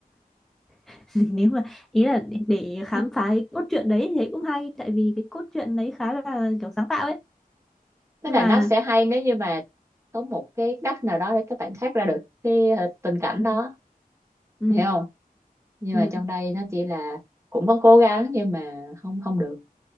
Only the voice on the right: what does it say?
Ừ.
tức
là
nó sẽ hay nếu như mà có một cái cách nào đó để các bạn thoát ra được cái ờ, tình cảnh
đó
hiểu không nhưng
mà trong đây nó chỉ là cũng có cố gắng nhưng mà không không được